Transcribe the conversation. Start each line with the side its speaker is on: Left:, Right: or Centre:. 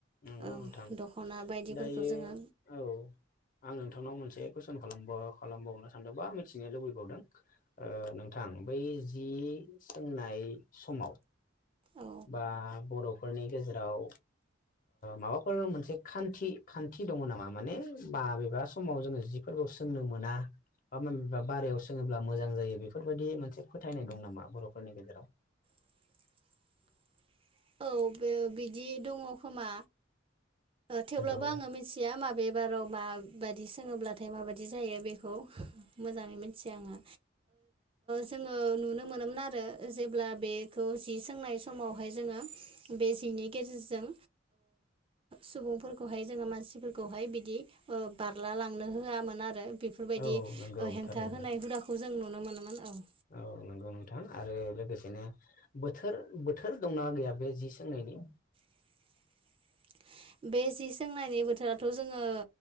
Left: नंगौ
Right: औ
Left: नोंथां
Right: दख'ना बायदिफोरखौ
Left: दायो
Right: जोङो
Left: औ आं नोंथांनाव मोनसे कुइसन खालामबावनो सानदों बा मिथिनो लुबैबावदों नोंथां बै जि सोंनाय समाव
Right: औ
Left: बा बर'फोरनि गेजेराव माबाफोर मोनसे खान्थि खान्थि दङ नामा माने बाबेबा समाव जोङो जिफोर सोंनो मोना बा मनबा बारायाव सोङोब्ला मोजां जायो बेफोरबायदि मोनसे फोथायनाय दं नामा बर'फोरनि गेजेराव
Right: <unintelligible> <inaudible> औ बे बिदि दङ खोमा थेवब्लाबो
Left: नंगौ
Right: आङो मिथिया माबेबाराव माबायदि सोङोब्ला नाथाय माबायदि जायो बेखौ मोजाङै मिथिया आङो जोङो नुनो मोनोमोन आरो जेब्ला बेखौ जि सोंनाय समावहाय जोङो बे जिनि गेजेरजों सुबुंफोरखौहाय जोङो मानसिफोरखौहाय बिदि बारला लांनो होआमोन आरो बेफोरबायदि
Left: औ नंगौ
Right: हेंथा
Left: थारैनो
Right: होनाय हुदाखौ जों नुनो मोनोमोन औ
Left: औ नंगौ नोंथां आरो लोगोसेनो बोथोर बोथोर दंना गैया बे जि सोंनि <unintelligible> <inaudible>
Right: <unintelligible> <inaudible> बे जि सोंनायनि बोथोराथ' जोङो